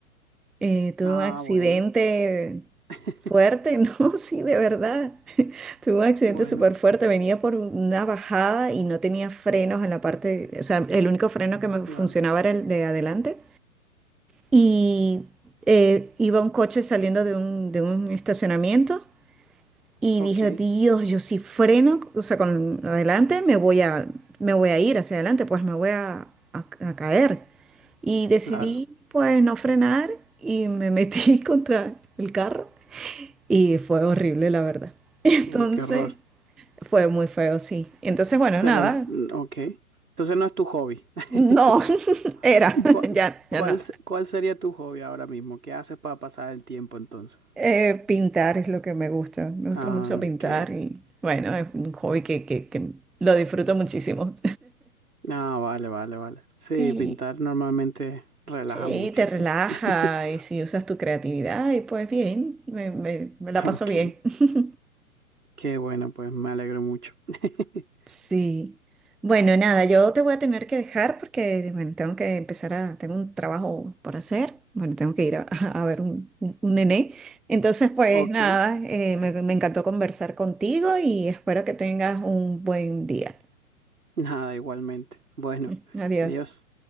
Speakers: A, in the centre; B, on the right (about 85°).
A: Eh, tuve
B: Ah,
A: un accidente
B: bueno. <laughs>
A: fuerte, <laughs> no, sí, de verdad. <laughs> Tuve un accidente
B: Bueno,
A: súper fuerte. Venía por una bajada y no tenía frenos en la parte, o sea, el único freno que me
B: claro.
A: funcionaba era el de adelante. Y eh, iba un coche saliendo de un, de un estacionamiento y
B: Ok,
A: dije, Dios, yo si freno, o sea, con adelante me voy a, me voy a ir hacia adelante, pues me voy a, a- a caer. Y decidí,
B: claro.
A: pues, no frenar y me metí <laughs> contra el carro y fue horrible, la verdad. <laughs> Entonces,
B: Uy, qué horror.
A: fue muy feo, sí. Entonces, bueno,
B: Pero,
A: nada,
B: mm, ok. Entonces no es tu hobby. <laughs>
A: no, <laughs> era,
B: ¿Cuál,
A: <laughs> ya,
B: cuál,
A: ya no.
B: se- cuál sería tu hobby ahora mismo? ¿Qué haces para pasar el tiempo entonces?
A: Eh, pintar es lo que me gusta, me gusta
B: Ah,
A: mucho pintar
B: ok.
A: y, bueno, es un hobby que, que que lo disfruto muchísimo.
B: Ah, vale, vale, vale. Sí,
A: <laughs> Sí.
B: pintar normalmente relaja
A: Sí,
B: mucho,
A: te relaja
B: sí. <laughs>
A: y si usas tu creatividad y pues bien, me, me- me la paso
B: Ok.
A: bien. <laughs>
B: Qué bueno, pues me alegro mucho. <laughs>
A: Sí. Bueno, nada, yo te voy a tener que dejar porque, bueno, tengo que empezar a, tengo un trabajo por hacer, bueno, tengo que ir a, <laughs> a ver un, un- un nené. Entonces, pues
B: Ok,
A: nada, eh, me, me encantó conversar contigo y espero que tengas un buen día.
B: nada, igualmente. Bueno,
A: <laughs> Adiós.
B: adiós.